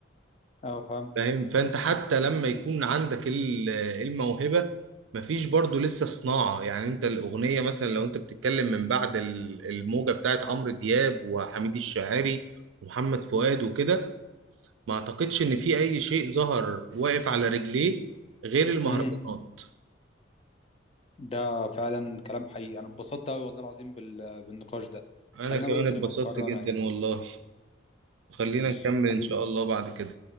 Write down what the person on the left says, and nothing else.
اه فهمت
امم ده فعلا كلام حقيقي انا اتبسطت قوي والله العظيم بال... بالنقاش ده
خلينا
بس
نبقى نكررها
يعني
ماشي
حبيبي